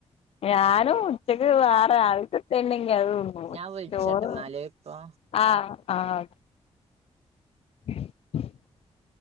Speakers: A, on the left; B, on the right.
A: ഞാനും ഉച്ചക്ക് വേറെ രാവിലതെത്തന്നെ എങ്കി അത് തിന്നും
B: ഞാൻ വിളിച്ചട്ടന്നാല്
A: ചോറ്
B: ഇപ്പൊ
A: ആഹ് ആഹ് <unintelligible>